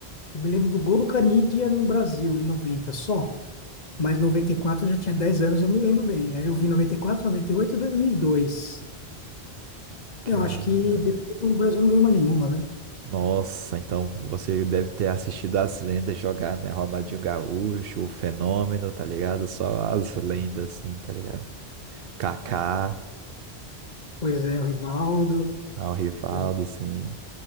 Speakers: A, on the left; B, on the right.
A: Eu me lembro do gol do Caniggia no Brasil, em 90 só. Mas 94 eu já tinha 10 anos, eu me lembro bem. Aí eu vi noventa e quatro, noventa e oito, e dois mil e dois.
B: Cara.
A: Eu acho que depois o Brasil não ganhou mais nenhuma, né?
B: Nossa, então você deve ter assistido as lendas jogar, né? Ronaldinho Gaúcho, o Fenômeno, tá ligado? Só as lendas, assim, tá ligado? Kaká,
A: Pois é, o Rivaldo,
B: ah, o Rivaldo,
A: eu-
B: assim.